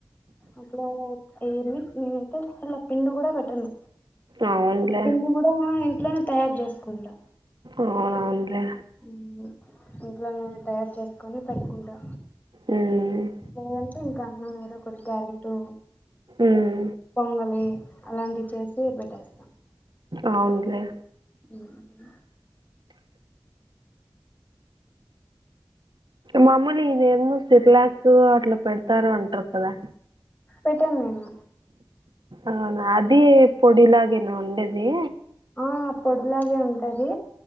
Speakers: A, on the left (about 20°); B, on the right (about 65°).
A: అట్లా ఏది నేనైతే అలా పిండి కూడా పెట్టను
B: అవున్లే
A: పిండి కూడా ఇంట్లోనే తయారు చేసుకుంటా
B: అవునవున్లే
A: అవును ఇంట్లో నేను తయారు చేసుకొని పెట్కుంటా
B: ఉమ్
A: లేదంటే ఇంకా అన్నం ఏదో ఒకటి క్యారెట్టూ
B: ఉమ్
A: పొంగలి అలాంటివి చేసి పెట్టేస్తా
B: అవున్లే
A: మ్మ్ హ్మ్
B: మాములుగా ఇదెందో సిర్లాకు అట్లా పెడతారు అంటారు కదా
A: పెట్టము మేము
B: అవునా అది పొడిలాగేనా ఉండేది
A: ఆ పొడిలాగే ఉంటది